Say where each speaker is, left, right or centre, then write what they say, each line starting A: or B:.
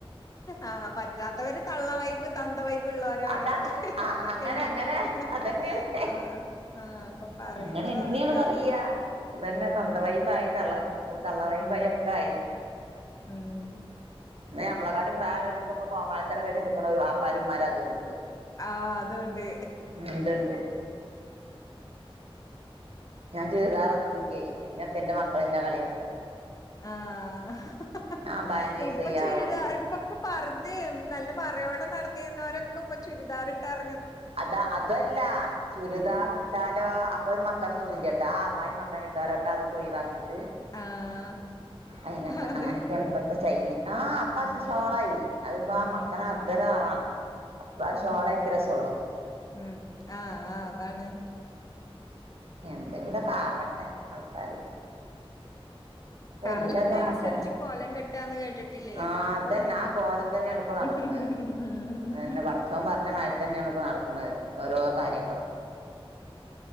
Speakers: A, on the left; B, on the right.
A: ആ പറ്റാത്തവര് തള്ളവൈ്ബ് തന്തവൈബ് ള്ള ഒരാള്
B: അതാണ്
A: <unintelligible>
B: ആ
A: അതൊക്കെയാണ്
B: അങ്ങനെ അങ്ങനെ
A: <unintelligible>
B: അതന്നെയാണ്
A: ആ ആ അപ്പൊ പറയുന്ന
B: അങ്ങനെ
A: അത്
B: എന്നെയാണ്
A: അതൊക്കെയാണ്
B: പറയാ അതന്നെ
A: ഉം
B: തവന്തവൈബായി തള്ള ഉ തള്ളവൈബായി
A: ഉം
B: ഒക്കെ ആയി
A: ഉം
B: ന നമ്മളെക്കാട്ടിം പ്രായള്ള ഇപ്പക്കെ കോമാലിത്തരം കെട്ടി നിൽക്കുന്ന ഒരു പാപ്പരും ഇമ്മാരും അതുംണ്ട് ണ്ട്
A: ആഹ് അതുണ്ട്
B: ഉണ്ട്ണ്ട് ഞാൻ ചുരിദാറൊന്നും ഇടില്ലേ അയിനൊക്കെ എന്റെ മക്കൾ ഇന്നകളിയാക്കും
A: ആഹ <unintelligible>
B: അബായന്നെ യൂസ്
A: ഇപ്പൊ
B: ചെയ്യാറുള്ളൂ
A: ചുരിദാ ഇപ്പൊക്കെ പാർദിമ് നല്ല മറയോട നട ക്കെ ഇപ്പ ചുരിദാർ ഇറ്റണ്ട്
B: അതാ അതല്ല ചുരിദാർ
A: ഉം
B: ഇട്ടാലോ അപ്പൊ ഒരു മക്കളന്ന നും ട്ല്ലട്ടെ ബായിമ് മക്കാ ഇട്ടാരൊക്കെ അതൊക്കെ ഒഴിവാക്കിട്ട്
A: ആഹ്
B: അതിനൊക്കെ
A: അതെ
B: അങ്ങനൊക്കെ എളുപ്പ ആഹ് അപ്പാശ
A: ഉം
B: സോളായി അതിപ്പോ
A: ഉം
B: മക്കന
A: ഇൻഷാഅള്ളാ
B: അദ്ര അപ്പ ശഷോള
A: ഉം
B: കയിക്ക് രാസള്ളൂ
A: ഉം ആ അ അതാണ്
B: എന്തെങ്കിലുമൊക്കെ ആവട്ടെ ആൾക്കാര്
A: <inaudible>
B: ഇപ്പ
A: കാലനനുസരിച്ച്
B: എല്ലാതും അങ്ങനെ തന്നെ
A: കോലം കെട്ടാന്ന് കേട്ടിട്ടില്ലേ
B: ആ
A: അതാാണ്പ്പോ
B: അതന്നെ
A: നടക്കുന്നത്
B: ആ കോലം തന്നെയാണ് ഇപ്പോ
A: ഉം
B: നടക്കണത് അതന്നെ പഠചോൻ പറഞ്ഞമതിതന്നെണ് ഇപ്പ നടത്ത ക്ക്നത് ഓരോ കാര്യങ്ങളും